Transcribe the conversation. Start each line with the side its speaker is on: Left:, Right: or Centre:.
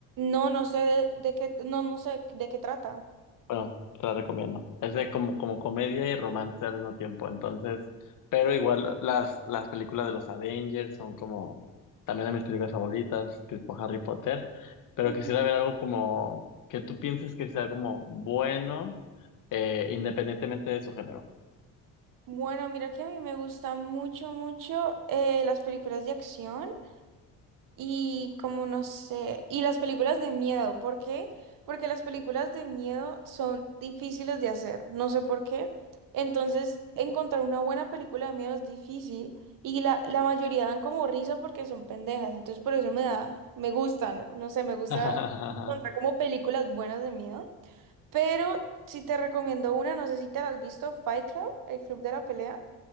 Right: No, no sé de, de qué, no, no sé de qué trata.
Left: Bueno, te la recomiendo. Es de como, como comedia y romance al mismo tiempo. Entonces, pero
Right: Mm,
Left: igual las, las películas de los Avengers son como también de mis películas favoritas, tipo Harry Potter. Pero
Right: ujú.
Left: quisiera ver algo como que tú pienses que sea como bueno, eh, independientemente de su género.
Right: Bueno, mira que a mí me gustan mucho, mucho eh, las películas de acción. Y como no sé, y las películas de miedo, ¿por qué? Porque las películas de miedo son difíciles de hacer, no sé por qué. Entonces, encontrar una buena película de miedo es difícil y la, la mayoría dan como risa porque son pendejas, entonces por eso me da, me gustan, no No sé, me gusta
Left: <laughs>
Right: encontrar como películas buenas de miedo. Pero si te recomiendo una, no sé si te la has visto, Fight Club, el club de la pelea.